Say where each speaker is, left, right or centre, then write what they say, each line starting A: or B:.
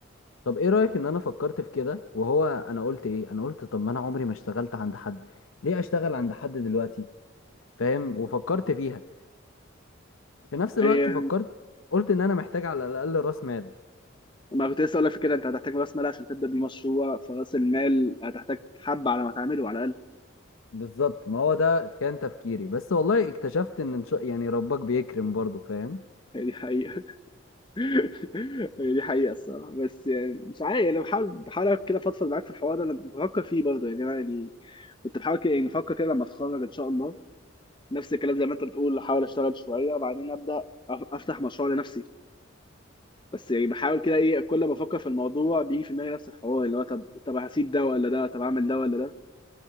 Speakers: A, on the left; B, on the left.
A: طب ايه رأيك ان انا فكرت في كده وهو انا قلت ايه انا قلت طب ما انا عمري ما اشتغلت عند حد ليه اشتغل عند حد دلوقتي فاهم وفكرت فيها في نفس الوقت
B: حاجه
A: فكرت قلت ان انا محتاج على الاقل راس مال
B: ما كنت لسه اقول لك في كده انت هتحتاج راس مال عشان تبدا بيه مشروع فراس المال هتحتاج حبه على ما تعمله على الاقل
A: بالظبط ما هو ده كان تفكيري بس والله اكتشفت ان إن شاء يعني ربك بيكرم برضو فاهم
B: <laughs> هي دي حقيقه <laughs> هي دي حقيقه الصراحه بس يعني مش عارف انا بحاول بحاول كده فضفض معاك في الحوار ده انا بفكر فيه برضه يعني انا يعني كنت بحاول كده يعني بفكر كده لما اتخرج ان شاء الله نفس الكلام زي ما انت بتقول احاول اشتغل شويه وبعدين ابدا أف- افتح مشروع لنفسي بس يعني بحاول كده ايه كل ما افكر في الموضوع بيجي في دماغي نفس الحوار اللي هو طب طب هسيب ده ولا ده طب اعمل ده ولا ده